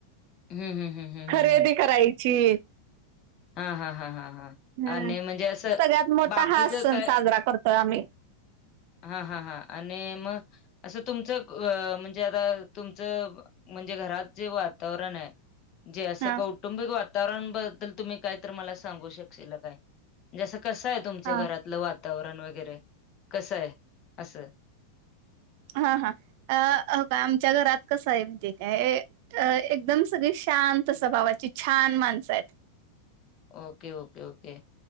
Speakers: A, on the left; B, on the right.
A: हम्म हम्म हम्म
B: खरेदी
A: हम्म हम्म
B: करायची.
A: हा हा हा हा हा.
B: हम्म
A: आणि म्हणजे असं
B: सगळ्यात मोठा
A: बाकीचं
B: हाच सण
A: काय
B: साजरा करतोय आम्ही.
A: हां हां हां आणि म असं तुमचं म्हणजे आता तुमचं म्हणजे घरात जे वातावरण आहे जे असं
B: हा
A: कौ कौटुंबिक वातावरण बद्दल तुम्ही काय तर मला सांगू शकशीला काय? म्हणजे आसं कसं हाय तुमचं
B: हा
A: घरातलं वातावरण वगैरे कसं हाय? असं.
B: हा हा अ हेबगा आमच्या घरात कसं हाय माहिती हाय काय अ एकदम सगळी शांत स्वभावाची छान माणसं आहेत.
A: ओके ओके ओके